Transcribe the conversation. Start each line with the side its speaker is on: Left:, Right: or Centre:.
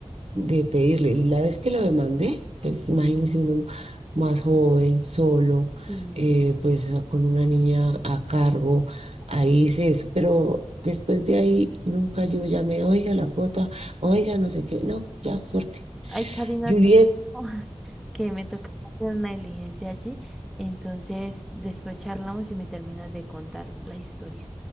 Right: de pedirlo. Y la vez que lo demandé, pues imagínese uno más joven, solo,
Centre: sí.
Right: eh, pues a- con una niña a cargo, ahí hice eso. Pero después de ahí nunca yo llamé, oiga la cuota, oiga no sé qué, no, ya, fuerte.
Centre: Ay, Karina,
Right: Juliet,
Centre: te dejo, <laughs> que me toca hacer una diligencia allí. Entonces, después charlamos y me terminas de contar la historia.